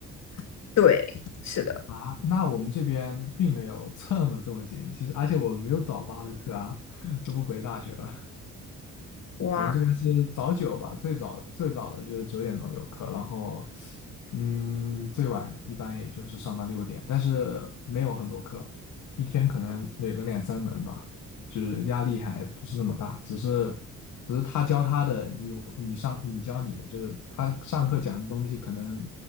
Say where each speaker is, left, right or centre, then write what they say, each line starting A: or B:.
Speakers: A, on the left (about 60°); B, on the left (about 75°).
A: <laughs> 对，是的，
B: 啊，那我们这边并没有这么这么紧，其实而且我没有早八的课啊，<laughs> 这不回大学了。
A: 哇，
B: 我们这边是早九吧，最早最早的就是九点钟有课，然后嗯，最晚一般也就是上到六点，但是没有很多课，一天可能有个两三门吧，就是压力还不是那么大，只是只是他教他的，你你上你教你的，就是他上课讲的东西可能